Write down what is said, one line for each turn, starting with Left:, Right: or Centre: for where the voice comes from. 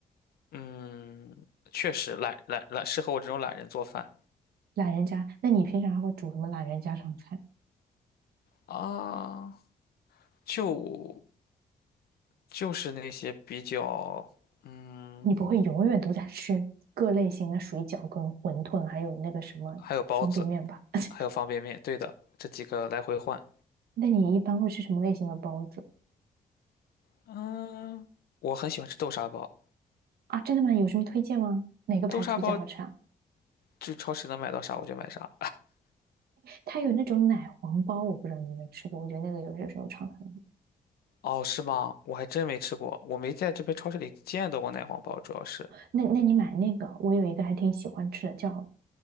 Left: 嗯，确实懒懒懒，适合我这种懒人做饭
Right: 懒人家，那你平常还会煮什么懒人家常菜？
Left: 啊，就就是那些比较，嗯，
Right: 你不会永远都在吃各类型的水饺、跟馄饨，还有那个什么方便面吧？
Left: 还有包子，
Right: <laughs>
Left: 还有方便面，对的，这几个来回换。
Right: 那你一般会吃什么类型的包子
Left: 嗯，我很喜欢吃豆沙包，
Right: 啊？真的吗？有什么推荐吗？哪个牌子比较好吃啊？
Left: 豆沙包就超市能买到啥我就买啥。
Right: 它有那种奶黄包，我不知道你有没有吃过，我觉得那个有些时候常常。
Left: 哦，是吗？我还真没吃过，我没在这边超市里见到过奶黄包，主要是
Right: 那那你买那个，我有一个还挺喜欢吃的，叫